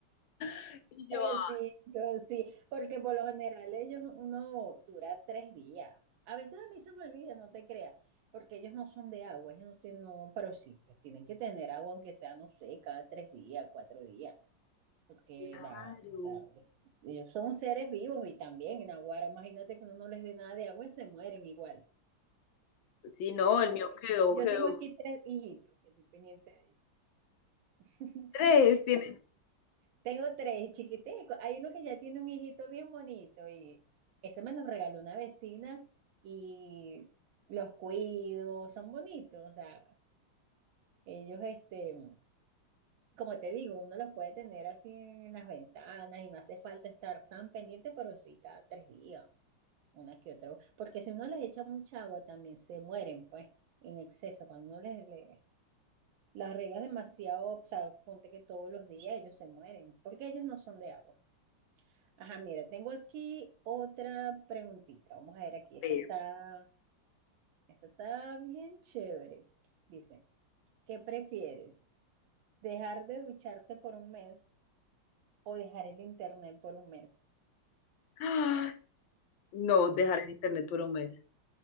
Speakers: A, on the left (about 70°); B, on the right (about 75°).
A: <laughs> Y
B: Exacto,
A: yo, "Ah,
B: sí, porque por lo general ellos uno dura tres días. A veces a mí se me olvida, no te creas, porque ellos no son de agua, ellos no tienen, no, pero sí, te- tienen que tener agua aunque sea, no sé, cada tres días, cuatro días, porque
A: claro.
B: la- la- ellos son seres vivos y también en Aguara, imagínate que uno no les dé nada de agua y se mueren igual.
A: Sí, no,
B: No,
A: el mío
B: yo tengo,
A: quedó,
B: yo
A: quedó
B: tengo aquí tres hijitos que estoy pendiente de ellos. <laughs>
A: tres, tiene
B: Tengo tres chiquiticos. Hay uno que ya tiene un hijito bien bonito y ese me los regaló una vecina y los cuido, son bonitos. O sea, ellos, este, como te digo, uno los puede tener así en las ventanas y no hace falta estar tan pendiente, pero sí cada tres días, una que otra. Porque si uno les echa mucha agua también se mueren, pues, en exceso. Cuando uno les, les- las regas demasiado, o sea, ponte que todos los días ellos se mueren, porque ellos no son de agua. Ajá, mira, tengo aquí otra preguntita. Vamos a ver aquí. Esta
A: tres.
B: está, esta está bien chévere. Dice, ¿qué prefieres? ¿Dejar de ducharte por un mes o dejar el internet por un mes? <laughs>
A: <gasps> Ah, No, dejar el internet por un mes,